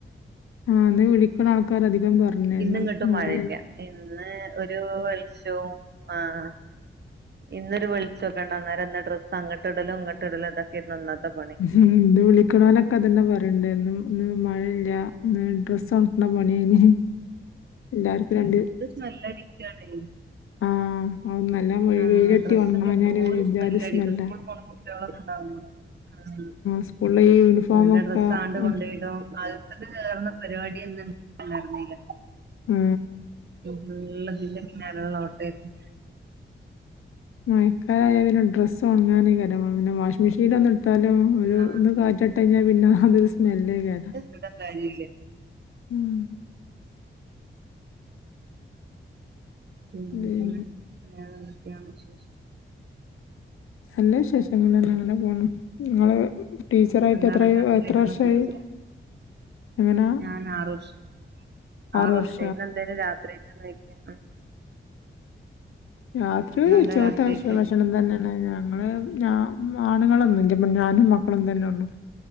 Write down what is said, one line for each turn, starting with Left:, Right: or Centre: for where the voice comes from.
Left: ആഹ് ഇന്ന് വിളിക്കണ ആൾക്കാര് അധികം പറഞ്ഞ്
Right: ഇന്നിങ്ങട്ടും
Left: ഇന്ന് മഴ.
Right: മഴയില്ല ഇന്ന് ഒരു വെളിച്ചോം ആഹ്. ഇന്നൊരു വെളിച്ചൊക്കെയുണ്ട്. അന്നേരം ഇന്ന് ഡ്രസ്സ് അങ്ങട്ട്ടലും, ഇങ്ങട്ട്ടലും ഇതൊക്കെയാരുന്നു ഇന്ന് ഇന്നത്തെ പണി.
Left: ഉംഹ്, ഇന്ന്‌ വിളിക്കണോലൊക്കെ അതന്നെ പറയണ്ട് ഇന്ന് മഴയില്ല്യ. ഏഹ് ഡ്രസ് ഒണക്കണ പണിയേനി. എല്ലാർക്കും രണ്ട്
Right: നല്ല. <unintelligible>
Left: ആഹ് ഓ നല്ല മഴ
Right: ആഹ്
Left: വെയിലട്ടി
Right: ഡ്രസ്സൊക്കെ
Left: ഒണങ്ങാഞ്ഞാൽ
Right: എന്തോര്
Left: ഒര്ജാതി
Right: സ്മെല്ലടിക്കാ
Left: സ്മെല്ലാ.
Right: <unintelligible> ആഹ്
Left: സ്കൂളിലെ ഈ യൂണിഫോം
Right: നല്ല
Left: ഒക്കെ
Right: ഡ്രസ്സാണ്ട്
Left: ഉം
Right: കൊണ്ടോയ്ടും അത് ഇത് കേറുന്ന പരിപാടിയൊന്നും <unintelligible> ന്നില്ല.
Left: ഉംഹ്.
Right: ഫുള്ള് ഇതിന്റെ പിന്നാലെയുള്ള ഓട്ടായിരുന്ന്
Left: മയക്കാലായാൽ പിന്നെ ഡ്രസ്സൊണ്ങ്ങാനേക്കാരം പിന്നെ വാഷിംഗ് മെഷീനിലൊന്ന് ഇട്ടാലും. ഒരു
Right: ആഹ്
Left: ഒന്ന് കാറ്റട്ടഞ്ഞാൽ പിന്നെ അതൊരു സ്മെല്ലേക്കാരം.
Right: അതോണ്ടാ കാര്യല്ല്യ.
Left: ഉംഹ്.
Right: പിന്നെ
Left: ഉം
Right: വേറെന്തൊക്കെയാണ് വിശേഷം?
Left: നല്ല വിശേഷങ്ങളന്നെ ഇങ്ങനെ പോണ്. നിങ്ങള് ടീച്ചറായിട്ട്
Right: എന്താണ്
Left: എത്രായ്
Right: രാത്രിയൊക്കെന്ന്
Left: എത്ര വർഷായി
Right: ഫുഡ്
Left: എങ്ങനാ?
Right: ഞാൻ ആറ് വർഷായ്
Left: ആറ്
Right: ആറു
Left: വർഷാ
Right: വർഷായ്. ഇന്ന് എന്തേന്നു രാത്രിക്ക് കഴിക്കാൻ.
Left: രാത്രി
Right: ഇന്നെന്താ
Left: ഒരു ഉച്ചക്കത്തെ
Right: രാത്രിക്ക്
Left: ഭ ഭക്ഷണം തന്നെ. എ ഞങ്ങള് ഞാ ആണുങ്ങളൊന്നുംല്ല. ഞാനും മക്കളും തന്നെ ഉള്ളു.